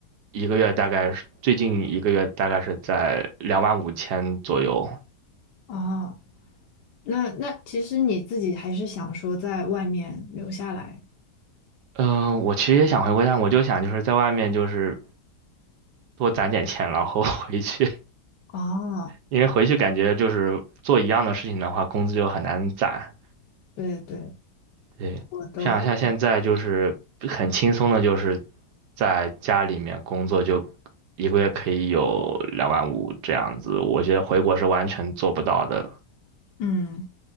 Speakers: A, on the right; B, on the left.
A: 一个月大概是最近一个月大概是在两万五千左右，
B: 哦，哦，那那其实你自己还是想说在外面留下来。
A: 嗯、我其实也想回国，但我就想就是在外面就是多攒点钱，然后 <laughs> 回去，
B: 哦，
A: 因为回去感觉就是做一样的事情的话，工资就很难攒。
B: 对对，
A: 对，
B: 我的话，
A: 像像现在就是很轻松的，就是在家里面工作，就一个月可以有两万五这样子，我觉得回国是完全做不到的，
B: 嗯，